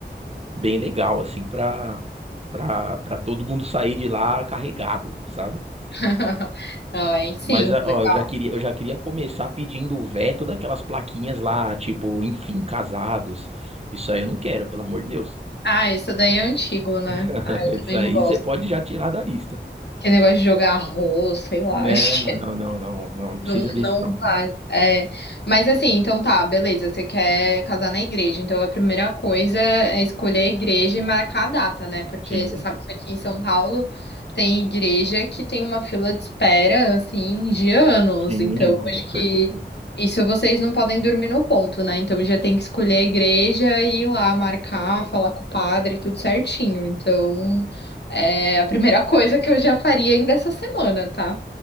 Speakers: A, on the right; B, on the left.
A: bem legal assim pra para para todo mundo sair de lá carregado, sabe?
B: <laughs> Ai, sim,
A: Mas, ah,
B: legal.
A: ó, eu já queria, eu já queria começar pedindo o veto daquelas plaquinhas lá, tipo, enfim, casados. Isso aí eu não quero, pelo amor de Deus.
B: Ah, isso daí é antigo, né?
A: <laughs>
B: Ah, eu também
A: Isso aí
B: não gosto.
A: você pode já tirar da lista.
B: Que negócio de jogar arroz, sei lá,
A: Não,
B: <laughs> acho
A: não, não, não, não, não precisa
B: Não,
A: disso,
B: não
A: não.
B: vai. É, mas assim, então tá, beleza. Você quer casar na igreja. Então a primeira coisa é escolher a igreja e marcar a data, né? Porque
A: Sim,
B: você sabe que aqui em São Paulo tem igreja que tem uma fila de espera, assim, de anos.
A: sim,
B: Então
A: não, com
B: acho
A: certeza.
B: que isso vocês não podem dormir no ponto, né? Então já tem que escolher a igreja e ir lá marcar, falar com o padre, tudo certinho. Então é a primeira <laughs> coisa que eu já faria ainda essa semana, tá?